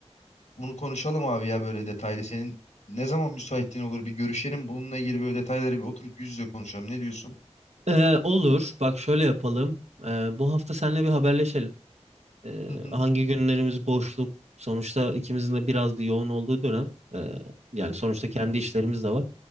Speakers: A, on the left (about 85°); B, on the right (about 75°).
A: bunu konuşalım abi ya böyle detaylı. Senin ne zaman müsaitliğin olur bir görüşelim. Bununla ilgili böyle detayları bir oturup yüz yüze konuşalım. Ne diyorsun?
B: Ee, olur. Bak şöyle yapalım. Ee, bu hafta seninle bir haberleşelim. Ee,
A: Hı hı.
B: hangi günlerimiz boşluk? Sonuçta ikimizin de biraz bir yoğun olduğu dönem. Ee, yani sonuçta kendi işlerimiz de var.